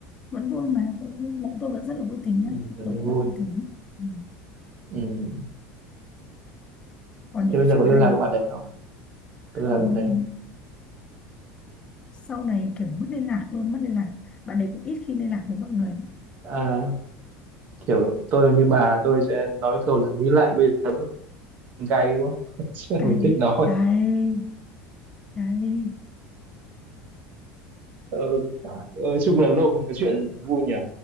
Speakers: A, on the left; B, on the right.
A: vẫn vui mà vẫn vui. bọn tôi vẫn rất là vui tính nhá
B: ừ
A: bọn
B: là
A: tôi
B: cái
A: vẫn
B: vui
A: rất vui tính ừ.
B: ừ
A: còn nhiều
B: Thế bây giờ
A: chuyện
B: có
A: hay
B: liên lạc với bạn đấy không? Có liên
A: không
B: lạc với bạn đấy không?
A: sau này kiểu mất liên lạc luôn mất liên lạc bạn đấy cũng ít khi liên lạc với mọi người lắm.
B: À, kiểu tôi như bà tôi sẽ nói câu là nghĩ lại bây giờ vẫn còn cay đúng không?
A: cay
B: <laughs> mình
A: đấy,
B: thích nó.
A: cay cay
B: Ừ. Ờ, chung là lâu không nói chuyện vui nhỉ.